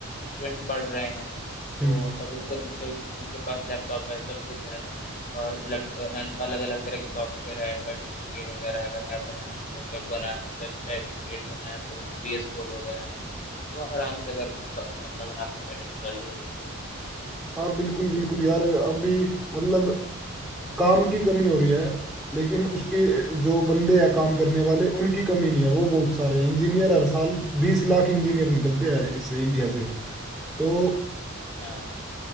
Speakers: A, on the left; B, in the centre.
A: स्टूडेंट पढ़ रहे हैं
B: हम्म
A: तो मतलब उनके उनके उनके पास लैपटॉप है सब कुछ है और अलग अलग तरह के सॉफ्टवेयर है एंड्रॉइड स्टूडियो वगैरह अगर ऐप बनाना है तो वेब बना वेबसाइट क्रिएट करना है तो VS कोड वगैरह है वो आराम से अगर ब- बंदा बना सकता है टेक्नोलॉजी का यूज करके
B: हाँ बिल्कुल बिल्कुल यार अभी मतलब काम की कमी हो रही है लेकिन उसके जो बंदे हैं काम करने वाले उनकी कमी नहीं है वो बहुत सारे हैं इंजीनियर हर साल बीस लाख इंजीनियर निकलते हैं इस इंडिया से तो
A: हाँ